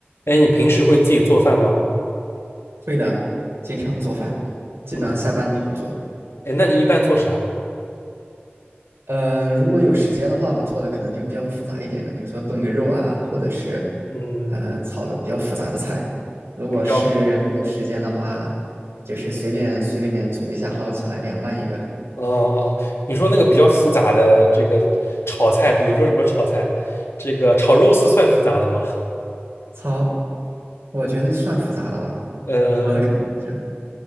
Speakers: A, on the left; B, on the right.
A: 哎，你平时会自己做饭吗？
B: 会的，经常做饭，基本上下班就会做。
A: 嗯，哎，那你一般做啥？
B: 嗯，如果有时间的话，我做的可能就比较复杂一点的，比如说炖个肉啊，或者是
A: 嗯，
B: 呃炒个比较复杂的菜。如果是没有时间的话，
A: 比较，嗯，
B: 就是随便水里面煮一下，捞起来凉拌一个。
A: 哦哦，你说那个比较复杂的这个炒菜，比如说什么炒菜，这个炒肉丝算复杂的吗？<laughs>
B: 炒，我觉得算复杂的吧，
A: 嗯嗯嗯，
B: 我的感觉是。